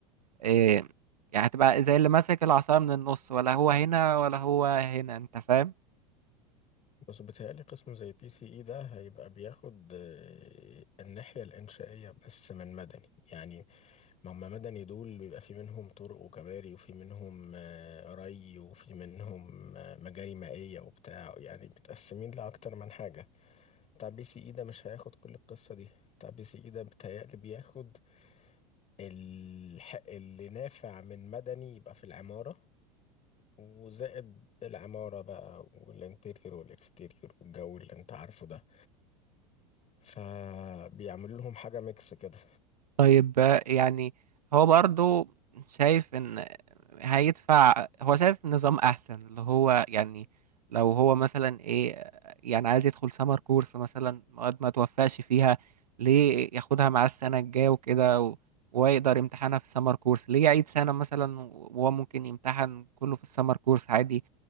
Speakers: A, on the right; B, on the left.
A: إيه يعني هتبقى زي اللي ماسك العصاية من النص ولا هو هنا ولا هو هنا انت فاهم
B: بس بيتهيألي قسم زي بي سي اي ده هيبقى بياخد آه، الناحية الإنشائية بس من مدني يعني ما هم مدني دول بيبقى في منهم طرق وكباري وفي منهم آه، ري وفي منهم آه، مجاري مائية وبتاع يعني متقسمين لأكتر من حاجة بتاع بي سي اي ده مش هياخد كل القصة دي بتاع بي سي اي ده بيتهيألي بياخد الح... اللي نافع من مدني يبقى في العمارة وزائد العمارة بقى والانتيريور والاكستيريور والجو اللي انت عارفه ده فبيعمل لهم حاجة ميكس كده
A: طيب آه، يعني هو برضو شايف ان هيدفع هو شايف نظام احسن اللي هو يعني لو هو مثلا ايه آه، يعني عايز يدخل سمر كورس مثلا مواد ما توفقش فيها ليه ياخدها مع السنة الجاية وكده و- ويقدر يمتحنها في سمر كورس ليه يعيد سنة مثلا وهو ممكن يمتحن كله في السمر كورس عادي